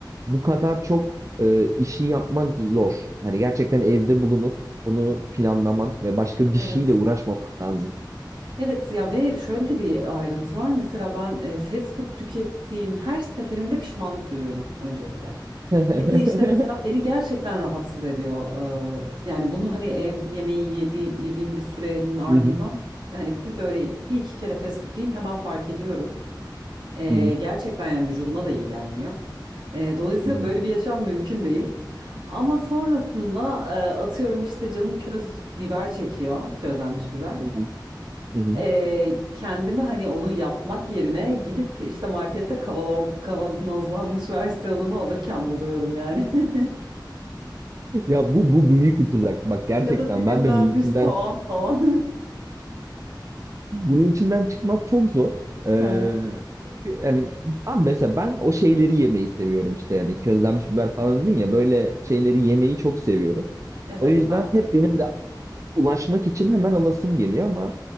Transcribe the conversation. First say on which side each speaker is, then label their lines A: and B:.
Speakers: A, on the right; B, on the right.
A: bu kadar çok e, işi yapmak zor. Hani gerçekten evde bulunup bunu planlaman ve başka
B: Evet.
A: bir şeyle uğraşmaman lazım.
B: Evet ya ve şöyle de bir ayrıntı var. Mesela ben e, fast food tükettiğim her seferinde pişmanlık duyuyorum öncelikle.
A: <laughs> Hı
B: Ya da işte mesela beni gerçekten rahatsız ediyor. Ee, yani bunu hani ev yemeği yedi, yediğim bir sürenin ardından
A: hı,
B: hani bir böyle bir iki kere fast food yiyeyim hemen fark ediyorum. Ee,
A: hı hı,
B: gerçekten yani vücuduma da iyi gelmiyor. Ee, dolayısıyla
A: hı hı,
B: böyle bir yaşam mümkün değil. Ama sonrasında e, atıyorum işte canım köz biber çekiyor, közlenmiş biber.
A: hı hı, hı hı.
B: Ee, kendimi hani onu yapmak yerine gidip işte markette kavalon, kavanozlanmış versiyonunu alırken buluyorum yani. <laughs>
A: Ya bu bu büyük bir tuzak. Bak gerçekten
B: Ya da dilimlenmiş
A: ben de bunun içinden
B: soğan falan.
A: bunun içinden çıkmak çok zor. Ee,
B: <laughs> Hı hı.
A: çünkü yani abi mesela ben o şeyleri yemeyi seviyorum işte yani közlenmiş biber falan dedin ya böyle şeyleri yemeyi çok seviyorum.
B: Evet
A: O yüzden
B: ben de.
A: hep benim de ulaşmak için hemen alasım geliyor ama